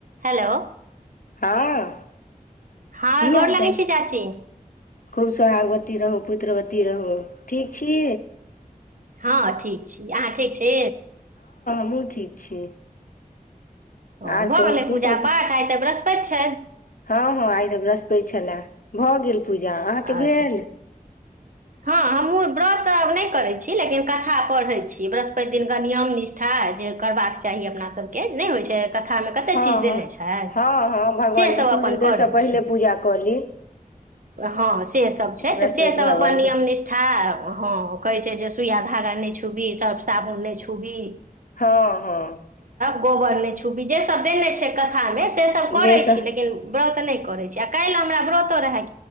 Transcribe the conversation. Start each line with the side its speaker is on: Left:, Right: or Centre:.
Right: Hello
Left: हँ
Right: हँ
Left: की हाल
Right: गोर लगै
Left: चाल
Right: छी चाची
Left: खूब सोहागवती रहूँ पुत्रवती रहू ठीक छी
Right: हँ ठीक छी अहाँ ठीक छी
Left: हमहुँ ठीक छी
Right: ह
Left: आर
Right: भऽ
Left: कहू
Right: गेलै
Left: की
Right: पूजा
Left: सब
Right: पाठ आ तऽ बृहस् पछ
Left: हँ हँ आइ तऽ बृहस्पेत छलए भऽ गेल पूजा अहाँके
Right: अच्छा
Left: भेल
Right: हँ हमूँ व्रत तऽ आब नहि करै छी लेकिन कथा पढ़ै छी बृहस्पति दिनक नियम निष्ठा जे करबाक चाही अपना सबके नहि होइ छै कथामे कतेक
Left: हँ
Right: चीज
Left: हँ
Right: देने छै
Left: हँ हँ भगवानके
Right: सेसभ
Left: सूर्योदयसँ
Right: अपन करै
Left: पहिले
Right: छै
Left: पूजा कऽ ली
Right: हँ सेसभ छै
Left: बृहस्पति
Right: तऽ सेसभ
Left: भगवानके
Right: अपन नियम निष्ठा हँ कहैत छै जे सुइया धागा नहि छुबही सर्फ साबुन नहि छुबही
Left: हँ हँ
Right: गोबर ने छुबी जे सब देने छै कथा में से सब करै
Left: जाहिसँ
Right: छी लेकिन व्रत नहि करै छी आ काल्हि हमरा व्रतो रहै